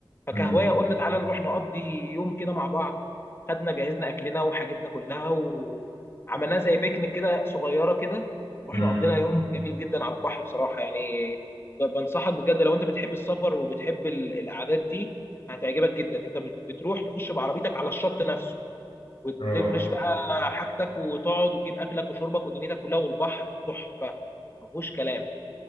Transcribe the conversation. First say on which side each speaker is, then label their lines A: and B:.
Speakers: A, on the left; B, on the left.
A: فكهوايه
B: مم.
A: قلنا تعالى نروح نقضي يوم كده مع بعض خدنا جهزنا اكلنا وحاجتنا كلها وعملناه زي بيكنيك كده صغيره كده واحنا
B: مم.
A: قضينا يوم جميل جدا على البحر بصراحه يعني ب- بنصحك بجد لو انت بتحب السفر وبتحب ال- القعدات دي هتعجبك جدا انت بت- بتروح تخش بعربيتك على الشط نفسه وتفرش
B: اه
A: بقى حاجتك وتقعد وتجيب اكلك وشربك ودنيتك كلها والبحر تحفه ما فيهوش كلام